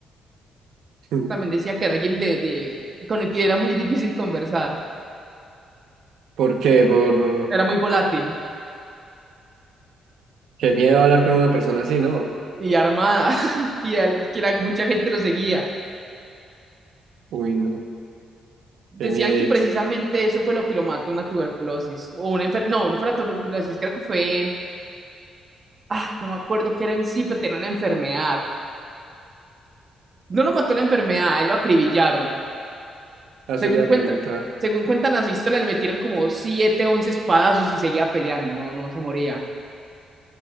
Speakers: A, on the right; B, on the right.
A: <laughs>
B: También decía que era alguien de, de, con el que era muy difícil conversar,
A: ¿Por qué? Por
B: era muy volátil
A: qué miedo hablar con una persona así, ¿no?
B: y armada, <laughs> y, al- y que la- mucha gente lo seguía.
A: Uy, no,
B: Decían
A: qué miedito.
B: que precisamente eso fue lo que lo mató, una tuberculosis o una enfermedad. No, no fue la tuberculosis, creo que fue. Ah, no me acuerdo qué era en sí, pero tenía una enfermedad. No lo mató la enfermedad, a él lo acribillaron.
A: Ah, solía
B: Según cuenta,
A: preguntar.
B: según cuentan las historias, le metieron como 7 11 espadazos y seguía peleando, no, no se moría.